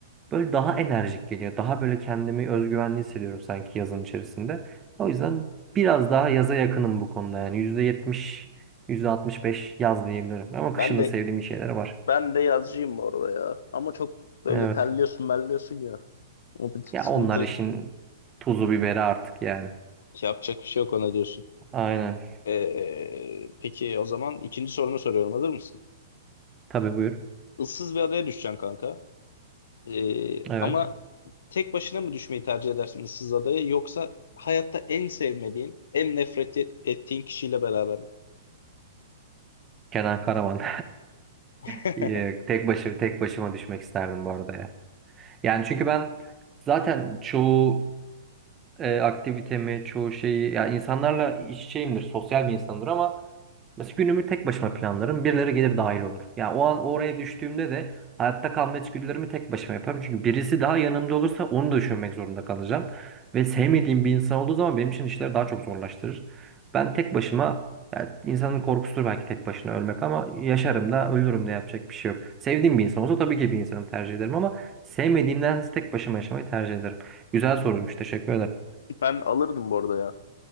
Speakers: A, on the right (about 20°); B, on the left (about 65°).
A: Böyle daha enerjik geliyor. Daha böyle kendimi özgüvenli hissediyorum sanki yazın içerisinde. O yüzden biraz daha yaza yakınım bu konuda yani. yüzde yetmiş, yüzde altmış beş yaz diyebilirim. Ama
B: Ben
A: kışın
B: de
A: da sevdiğim şeyler var.
B: ben de yazcıyım bu arada ya. Ama çok böyle
A: Evet.
B: terliyorsun, melliyorsun ya. O bir tık
A: Ya
B: sıkıntı.
A: onlar işin tuzu biberi artık yani.
B: Yapacak bir şey yok ona diyorsun.
A: Aynen.
B: Ee, peki o zaman ikinci sorunu soruyorum. Hazır mısın?
A: Tabii buyur.
B: Issız bir adaya düşeceksin kanka. Ee,
A: Evet.
B: ama tek başına mı düşmeyi tercih edersin ıssız adaya yoksa hayatta en sevmediğin, en nefret et- ettiğin kişiyle beraber mi?
A: Kenan Karaman.
B: <laughs>
A: <laughs> Yok, Tek başı, tek başıma düşmek isterdim bu arada ya. Yani çünkü ben zaten çoğu e, aktivitemi, çoğu şeyi ya insanlarla iç içeyimdir, sosyal bir insandır ama mesela günümü tek başıma planlarım. Birileri gelir dahil olur. Yani o an oraya düştüğümde de hayatta kalma içgüdülerimi tek başıma yaparım. Çünkü birisi daha yanımda olursa onu da düşünmek zorunda kalacağım. Ve sevmediğim bir insan olduğu zaman benim için işleri daha çok zorlaştırır. Ben tek başıma yani insanın korkusudur belki tek başına ölmek ama yaşarım da ölürüm de yapacak bir şey yok. Sevdiğim bir insan olsa tabii ki bir insanı tercih ederim ama sevmediğimden tek başıma yaşamayı tercih ederim. Güzel sorulmuş. Teşekkür ederim.
B: Ben alırdım bu arada ya